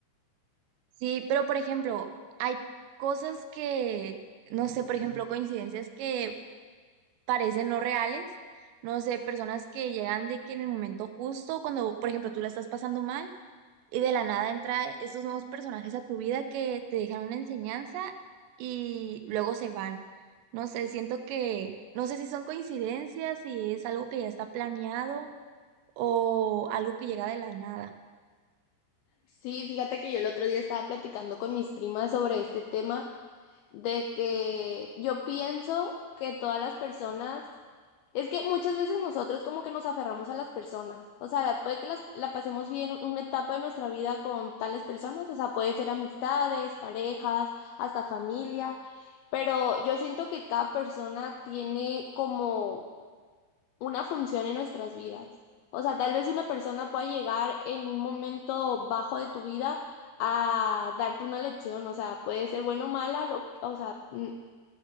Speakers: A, on the right; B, on the left.
A: Sí, pero por ejemplo, hay cosas que, no sé, por ejemplo, coincidencias que parecen no reales. No sé, personas que llegan de que en el momento justo, cuando, por ejemplo, tú la estás pasando mal y de la nada entra estos nuevos personajes a tu vida que te dejan una enseñanza y luego se van. No sé, siento que, no sé si son coincidencias, si es algo que ya está planeado o algo que llega de la nada.
B: Sí, fíjate que yo el otro día estaba platicando con mis primas sobre este tema de que yo pienso que todas las personas, es que muchas veces nosotros como que nos aferramos a las personas, o sea, puede que las, la pasemos bien una etapa de nuestra vida con tales personas, o sea, puede ser amistades, parejas, hasta familia, pero yo siento que cada persona tiene como una función en nuestras vidas. O sea, tal vez una persona pueda llegar en un momento bajo de tu vida a darte una lección. O sea, puede ser bueno o mala, lo- o sea, mm,